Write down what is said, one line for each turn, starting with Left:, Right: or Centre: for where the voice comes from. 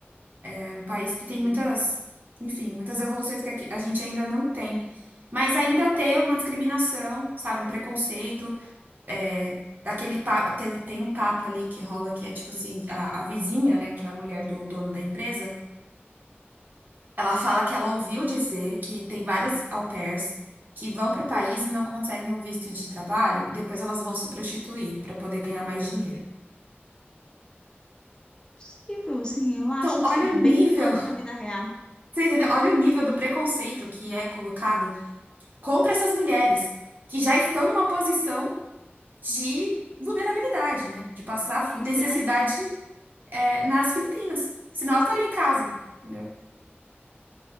Right: é um país que
Left: Sim,
Right: tem muitas, enfim, muitas evoluções que aqui- a gente ainda não tem. Mas ainda tem uma discriminação, sabe, um preconceito. é, daquele papo, teve, tem um papo ali que rola que é tipo assim, a, a vizinha, né, que é a mulher do dono da empresa, ela fala que ela ouviu dizer que tem várias au pairs que vão para o país e não conseguem um visto de trabalho e depois elas vão se prostituir para poder ganhar mais dinheiro.
Left: possível, assim, eu acho
Right: Então, olha
Left: isso
Right: o nível,
Left: bem cabe na vida real.
Right: <laughs> você entendeu? Olha o nível do preconceito que é colocado contra essas mulheres que já estão numa posição de vulnerabilidade, né? De passar
Left: Experiência,
Right: necessidade
Left: né?
Right: é, nas Filipinas. Senão elas estariam em casa, entendeu?